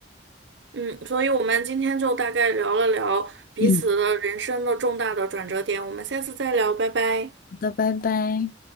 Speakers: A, on the right (about 65°); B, on the left (about 50°).
A: 嗯，所以我们今天就大概聊了聊彼此的人生的重大的转折点，
B: 嗯，
A: 我们下次再聊，拜拜。
B: 好的，拜拜。